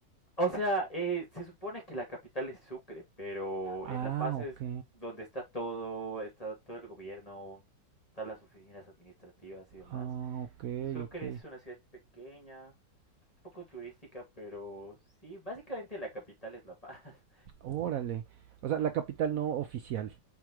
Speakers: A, on the left; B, on the right.
A: O sea, eh, se supone que la capital es Sucre, pero
B: Ah,
A: en La Paz es
B: ok.
A: donde está todo, está todo el gobierno, todas las oficinas administrativas y demás.
B: Ah, ok,
A: Sucre
B: ok.
A: es una ciudad pequeña, poco turística, pero sí, básicamente la capital es La Paz. <laughs>
B: Órale. O sea, la capital no oficial.